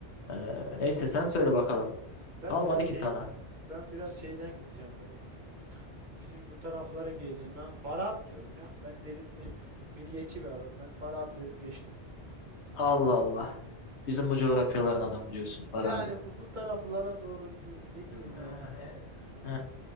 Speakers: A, on the left; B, on the right.
A: E, neyse sen söyle bakalım.
B: Ben
A: Kalmadı
B: biraz şey
A: ki sana.
B: ben biraz şeyden gideceğim. e, Bizim bu taraflara geleyim. Ben Farabi diyorum ya. Ben derin <laughs> milliyetçi bir adamım. Ben Farabi dedim geçtim.
A: Allah Allah. Bizim bu coğrafyaların adamı diyorsun Farabi.
B: Yani bu, bu taraflara doğru diyeyim ne diyeyim
A: Yani,
B: yani.
A: e,